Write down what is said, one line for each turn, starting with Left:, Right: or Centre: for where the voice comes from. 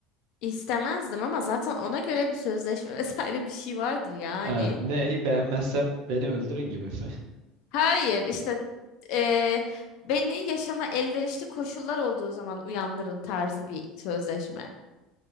Left: İstemezdim ama zaten ona göre bir sözleşme <laughs> vesaire bir şey vardır yani.
Right: Ee, ne beğenmezsem beni öldürün gibi mi? <laughs>
Left: Hayır işte eee, beni yaşama elverişli koşullar olduğu zaman uyandırın tarzı bir sözleşme.